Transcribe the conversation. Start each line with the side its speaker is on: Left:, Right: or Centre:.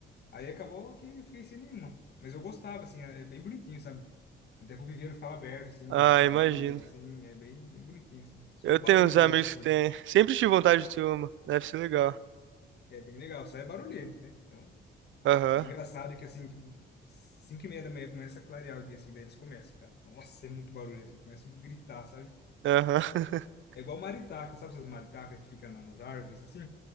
Left: Aí acabou que eu fiquei sem nenhuma. Mas eu gostava, assim, é é bem bonitinho, sabe? Até que o viveiro ficava aberto, assim,
Right: Ah,
Left: dele saía,
Right: imagino.
Left: assim, é bem, bem bonitinho, assim. Só
Right: Eu
Left: o barulho
Right: tenho uns amigos
Left: mesmo que
Right: que têm. Sempre tive vontade de ter uma. Deve ser legal.
Left: é bem legal, só é barulhento, né? Então,
Right: Aham,
Left: é engraçado que, assim, tipo, cinco e meia da manhã começa a clarear o dia, assim, daí eles começam, cara. Nossa, é muito barulho, assim, começa tudo a gritar, sabe?
Right: aham. <laughs>
Left: É igual maritaca, sabe essas maritacas que ficam na- nas árvores, assim?